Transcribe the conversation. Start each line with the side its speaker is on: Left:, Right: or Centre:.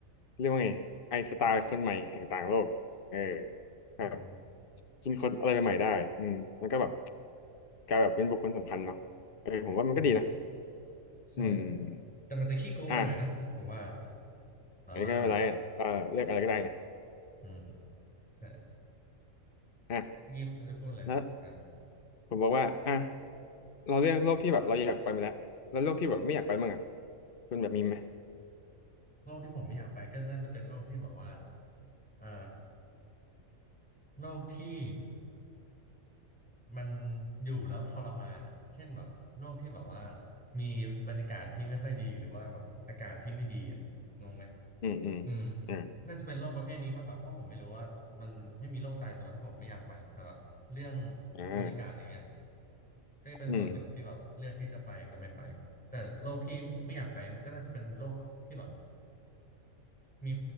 Left: เรียกว่าไงไอน์สไตล์คนใหม่แห่งต่างโลกเออแบบ
Centre: อืม
Left: กินคนอะไรใหม่ๆได้อืมแล้วก็แบบกลายแบบเป็นบุคคลสำคัญเนาะเออผมว่ามันก็ดีนะ
Centre: อืมใช่
Left: อืม
Centre: แต่มันจะขี้โกงไปหน่อยนะผมว่า
Left: อ่ะ
Centre: แบบว่า
Left: อันนก็ไม่เป็นไรเอ่อเลือกอะไรก็ได้ไง
Centre: อืมใช่
Left: อ่ะ
Centre: เมื่อกี้คุณจะพูดเลยอ่า
Left: แล้วผมบอกว่าอ่ะเราเลือกโลกที่แบบเราอยากไปมาแล้วแล้วโลกที่แบบไม่อยากไปมั่งอะ คุณแบบมีไหม
Centre: โลกที่ผมไม่อยากไปก็น่าจะเป็นโลกที่แบบว่าเอ่อโลกที่มันอยู่แล้วทรมานอ่ะเช่นแบบโลกที่แบบว่ามีบรรยากาศที่ไม่ค่อยดีหรือว่าแบบอากาศที่ไม่ดีอ่ะงงไหม
Left: อืมอืม
Centre: อืม
Left: อ่า
Centre: น่าจะเป็นโรคประเภทนี้มากกว่าเพราะผมไม่รู้ว่ามันไม่มีโรคตายตัวที่ผมไม่อยากไปแต่แบบเรื่อง
Left: อ่า
Centre: บรรยากาศอย่างเงี้ยก็จะเป็นส่วนหนึ่งที่แบบเลือกที่จะไปกับไม่ไปแต่โรคที่ไม่อยากไปนะก็น่าจะเป็นโรคที่แบบ
Left: อืม
Centre: มี